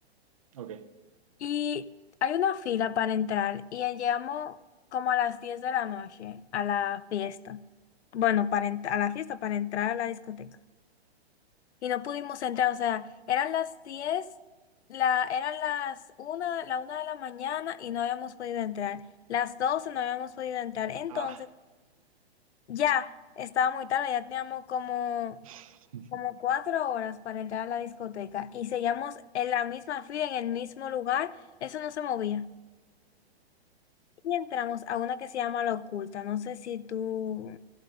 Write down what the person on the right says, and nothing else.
Ok.
Ah.
<laughs>